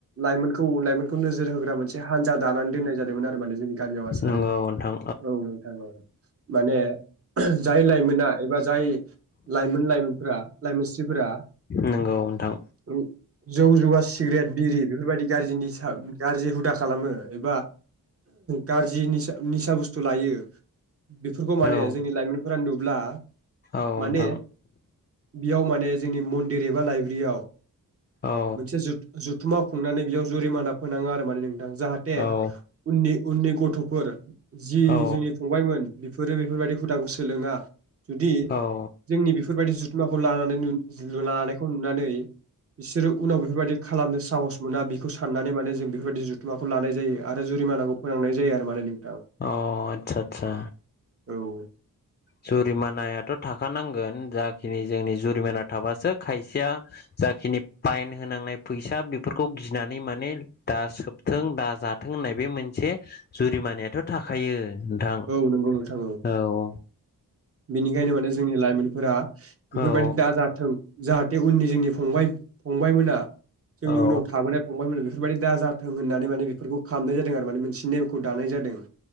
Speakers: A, on the right; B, on the left.
A: लाइमोनखौ लाइमोन खौ नोजोर होग्रा मोनसे हानजा दानानै दोननाय जादोंमोन आरो माने जोंनि गामियाव आसारानो।
B: नंगौ नोंथां
A: औ नोंथां औ माने जाय लाइमोना एबा जाय लाइमोन लाइमोनफ्रा लाइमोनस्रिफोरा
B: नंगौ नोंथां
A: ओं जौ जुवा सिग्रेट बिरि बेफोरबायदि गारजि निसा गारजि हुदा खालामो एबा गारजि निसा निसा बुस्थु लायो बेफोरखौ माने
B: औ
A: जोंनि लाइमोनफोरा नुब्ला
B: औ
A: माने
B: नोंथां
A: बेयाव माने जोंनि मनदिर एबा लाइब्रियाव
B: औ
A: मोनसे जुथ-जुथुमा खुंनानै बियाव जुरिमाना फोनाङो आरो माने नोंथां जाहाथे
B: औ
A: उननि उननि गथ'फोर जि
B: औ
A: जोंनि फंबायमोन बेफोरो बेफोरबायदि हुदाखौ सो सोलोङा जुदि
B: औ
A: जोंनि बेफोरबायदि जुथुमाखौ लानानै नु जु जु लानायखौ नुनानै बिसोरो उनाव बेफोरबायदि खालामनो साहस मोना बेखौ साननानै माने जों बेफोरबादि जुथुमाखौ लानाय जायो। आरो जुरिमानाखौ फोनांनाय जायो आरो माने नों
B: अ आथसा आथसा।
A: औ।
B: जुरिमानायाथ' थाखानांगोन जाखिनि जोंनि जु रिमाना थाबासो खायसेया जाखिनि पाइन होनांनाय फैसा बेफोरखौ गिनानै माने दा सोबथों दा जाथों होननाय बे मोनसे जुरिमानायाथ' थाखायो। नोंथां औ।
A: औ नंगौ नोंथां बेनिखायनो माने जोंनि लाइमोनफोरा
B: औ
A: बेफोरबायदि दाजाथों जाहा थे उननि जोंनि फंबाय फंबायमोना जोंनि
B: औ
A: उनाव थाबोनाय फंबायमोन बेफोरबायदि दा जाथों होननानै माने बेफोरखौ खालामनाय जादों आरो माने मोनसे नेमखौ दानाय जादों।